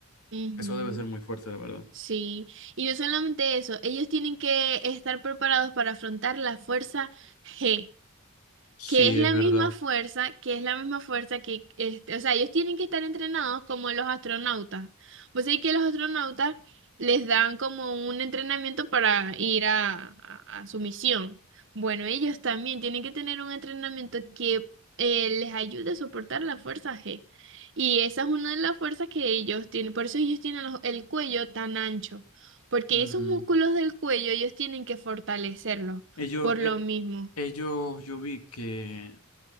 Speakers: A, on the right; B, on the left.
A: Ujú,
B: Eso debe ser muy fuerte, la verdad.
A: Sí, y no solamente eso, ellos tienen que estar preparados para afrontar la fuerza G
B: Sí,
A: que es la
B: es verdad.
A: misma fuerza, que es la misma fuerza que, este, o sea, ellos tienen que estar entrenados como los astronautas. Pues sí que los astronautas les dan como un entrenamiento para ir a, a- a su misión. Bueno, ellos también tienen que tener un entrenamiento que eh, les ayude a soportar la fuerza G. Y esa es una de las fuerzas que ellos tienen. Por eso ellos tienen los- el cuello tan ancho. Porque
B: Mm.
A: esos músculos del cuello ellos tienen que fortalecerlos
B: Ellos,
A: por lo
B: eh,
A: mismo.
B: Ellos, yo vi que